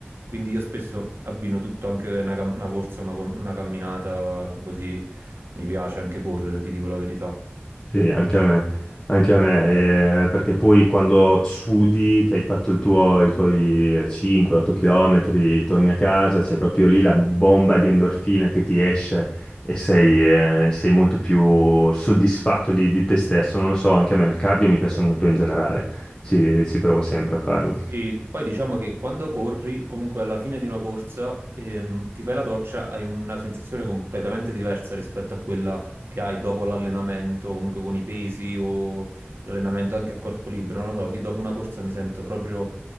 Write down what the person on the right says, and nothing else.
Quindi io spesso abbino tutto, anche una, cam- una corsa, una, com- una camminata, così mi piace anche correre, ti dico la verità.
Sì, poi diciamo che quando corri, comunque alla fine di una corsa, ehm, ti fai la doccia, hai una sensazione completamente diversa rispetto a quella che hai dopo l'allenamento, comunque con i pesi o l'allenamento anche a corpo libero. Non lo so, io dopo una corsa mi sento proprio